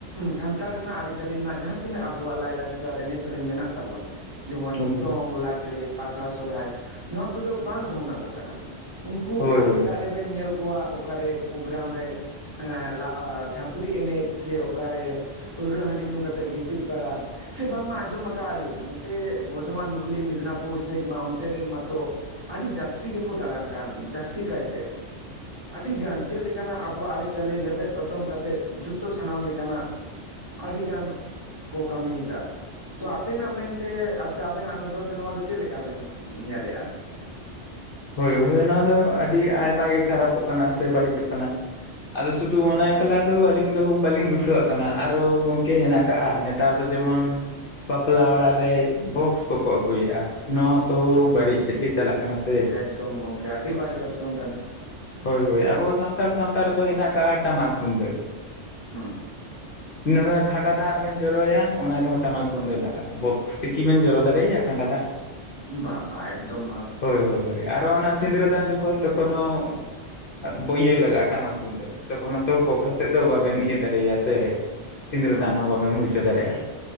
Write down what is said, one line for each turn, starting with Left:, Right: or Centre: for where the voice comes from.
Right: ᱥᱟᱱᱛᱟᱲ ᱨᱮᱱᱟᱜ ᱟᱨᱤᱼᱪᱟᱞᱤ ᱨᱮᱱᱟᱜ ᱡᱟᱦᱟᱸ ᱛᱤᱱᱟᱹᱜ ᱟᱵᱚᱣᱟᱜ ᱞᱟᱭᱼᱞᱟᱠᱪᱟᱨ ᱮᱱᱮᱡ ᱥᱮᱨᱮᱧ ᱢᱮᱱᱟᱜ ᱛᱟᱵᱚᱱ ᱡᱮᱢᱚᱱ
Left: ᱮᱠᱫᱚᱢ᱾
Right: ᱫᱚᱝ, ᱞᱟᱜᱽᱲᱮ, ᱯᱟᱛᱟ, ᱥᱚᱨᱦᱟᱭ, ᱱᱚᱣᱟ ᱠᱚᱫᱚ ᱵᱟᱝ ᱰᱷᱚᱝᱟ ᱠᱚ ᱠᱟᱱᱟ᱾ ᱩᱱᱠᱩ
Left: ᱦᱳᱭ
Right: ᱟᱨ
Left: ᱦᱳᱭ
Right: ᱮᱴᱟᱜ ᱨᱮᱵᱮᱱ ᱧᱮᱞ ᱠᱚᱣᱟ ᱚᱠᱟ ᱨᱮ ᱯᱨᱳᱜᱽᱨᱟᱢ ᱨᱮ ᱮᱸ ᱞᱟ‌ᱜ-ᱟ ᱪᱷᱟᱯᱨᱤ ᱮᱱᱮᱡ ᱥᱮ ᱚᱠᱟ ᱨᱮ ᱯᱟᱹᱣᱨᱟᱹ ᱦᱟᱺᱰᱤ ᱧᱩ ᱠᱟᱛᱮᱫ ᱜᱤᱛᱤᱡ ᱵᱟᱲᱟ ᱥᱮ ᱵᱟᱝ ᱢᱟ ᱟᱸᱡᱚᱢ ᱟᱠᱟᱜ-ᱟ ᱞᱤᱧ ᱱᱚᱛᱮ ᱵᱚᱨᱫᱷᱚᱢᱟᱱ, ᱦᱩᱜᱽᱞᱤ, ᱢᱮᱫᱽᱱᱟ ᱯᱩᱨ ᱥᱮᱡ ᱢᱟ ᱚᱱᱛᱮ ᱨᱮᱱ ᱢᱟ ᱛᱚ ᱟᱰᱤ ᱡᱟᱥᱛᱤ ᱜᱮᱠᱚ ᱫᱟᱬᱟᱱ ᱠᱟᱱ ᱡᱟᱥᱛᱤ ᱠᱟᱭ ᱛᱮ᱾ ᱟᱰᱤ ᱜᱟᱱ ᱪᱮᱫ ᱞᱮᱠᱟ ᱱᱟᱜ ᱟᱵᱚᱣᱟᱜ ᱟᱨᱤᱼᱪᱟᱹᱞᱤ ᱞᱮᱵᱮᱫ ᱞᱚᱴᱚᱢ ᱠᱟᱛᱮᱫ ᱡᱷᱚᱛᱚ ᱥᱟᱱᱟᱢ ᱞᱮᱠᱟ ᱱᱟᱜ ᱟᱰᱤ ᱜᱟᱱ ᱠᱚ ᱠᱟᱢᱤᱭ ᱫᱟ, ᱛᱚ ᱟᱵᱮᱱᱟᱜ ᱢᱮᱱᱛᱮ ᱥᱮ ᱟᱵᱮᱱᱟᱜ ᱱᱚᱡᱚᱨ ᱛᱮ ᱱᱚᱣᱟ ᱫᱚ ᱪᱮᱜ ᱞᱮᱠᱟ ᱵᱮᱱ ᱧᱮᱞᱮᱜᱼᱟ?
Left: ᱦᱳᱭ ᱦᱳᱭ ᱱᱚᱣᱟ ᱫᱚ ᱟᱰᱤ ᱟᱭᱢᱟ ᱜᱮ ᱠᱷᱟᱨᱟᱯᱚᱜ ᱠᱟᱱᱟ ᱥᱮ ᱵᱟᱲᱤᱡᱚᱜ ᱠᱟᱱᱟ᱾ ᱟᱫᱚ ᱥᱩᱫᱩ ᱚᱱᱟ ᱮᱠᱞᱟ ᱫᱚ ᱟᱞᱤᱧ ᱫᱚ ᱵᱟᱞᱤᱧ ᱫᱩᱥᱩᱟᱹ ᱣᱟᱜ ᱠᱟᱱᱟ ᱟᱨᱚ ᱜᱚᱝᱠᱮ ᱦᱮᱱᱟᱜ ᱟᱠᱟᱜᱼᱟ᱾ ᱛᱟᱨ ᱫᱚ ᱡᱮᱢᱚᱱ ᱵᱟᱯᱞᱟ ᱚᱲᱟᱜ ᱨᱮ ᱵᱚᱠᱥ ᱠᱚᱠᱚ ᱟᱹᱜᱩᱭᱮᱜᱼᱟ, ᱱᱚᱣᱟ ᱦᱚᱸ ᱛᱚ ᱵᱟᱲᱤᱡ ᱥᱮᱜ ᱜᱮ ᱪᱟᱞᱟᱜ ᱠᱟᱱᱟ ᱥᱮ᱾
Right: ᱮᱠᱫᱚᱢ ᱜᱚᱝᱠᱮ ᱟᱰᱤ ᱵᱟᱲᱤᱡ ᱚᱨᱥᱚᱝ ᱠᱟᱱᱟ᱾
Left: ᱦᱳᱭ ᱦᱳᱭ ᱟᱵᱚ ᱥᱟᱱᱛᱟᱲ ᱥᱟᱶᱛᱟ ᱨᱮᱫᱚ ᱦᱮᱱᱟᱜ ᱠᱟᱜ-ᱟ ᱴᱟᱢᱟᱠ ᱛᱩᱢᱫᱟᱹᱜ᱾
Right: ᱦᱩᱸ᱾
Left: ᱤᱱᱟᱹ ᱱᱟᱜ ᱠᱷᱟᱸᱰᱟ ᱫᱟᱜ ᱵᱮᱱ ᱡᱚᱨᱚᱭᱟ ᱚᱱᱟ ᱨᱮᱦᱚᱸ ᱴᱟᱢᱟᱠ ᱛᱩᱢᱫᱟᱹᱜ ᱞᱟᱜᱟᱜ-ᱟ ᱵᱚᱠᱼᱼ ᱛᱤᱠᱤ ᱵᱮᱱ ᱡᱚᱨᱚ ᱫᱟᱲᱮᱭᱭᱟ ᱠᱷᱟᱱᱰᱟ ᱫᱟᱜ?
Right: ᱵᱟᱝ ᱵᱟᱝ ᱮᱠᱫᱚᱢ ᱵᱟᱝ᱾
Left: ᱦᱳᱭ ᱦᱳᱭ ᱟᱨᱚ ᱚᱱᱟ ᱥᱤᱸᱫᱟᱹᱨᱟ ᱫᱟᱱ ᱡᱚᱠᱷᱚᱱ ᱛᱚᱠᱷᱚᱱᱚ᱾ <unintelligible> ᱞᱟᱜᱟᱜᱼᱟ ᱴᱟᱢᱟᱠ ᱛᱩᱢᱫᱟᱜ ᱛᱚᱠᱷᱚᱱᱳᱛᱚ ᱵᱚᱠᱥᱟ ᱥᱮᱫ ᱫᱚ ᱵᱟᱵᱮᱱ ᱤᱭᱟᱹ ᱫᱟᱲᱮᱭᱟᱜ-ᱟ ᱥᱮ᱾ ᱥᱤᱸᱫᱟᱹᱨᱟᱹ
Right: ᱦᱩᱸ
Left: ᱫᱟᱱ ᱦᱚᱸ ᱵᱟᱵᱮᱢ ᱦᱩᱭ ᱦᱚᱪᱚ ᱫᱟᱲᱮᱭᱟᱜᱼᱟ